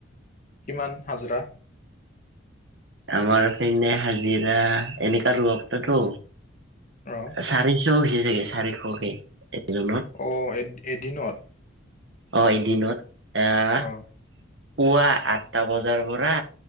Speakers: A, on the left; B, on the right.
A: কিমান হাজিৰা
B: আমাৰ পিনে হাজিৰা এনেকা লগতে তো
A: অ
B: চাৰিশ হৈছে চাগে চাৰিশকে এজনত
A: অ এত এ এদিনত
B: অ এদিনত এয়াহ
A: অ
B: পুৱা আঠটা বজাৰ পৰা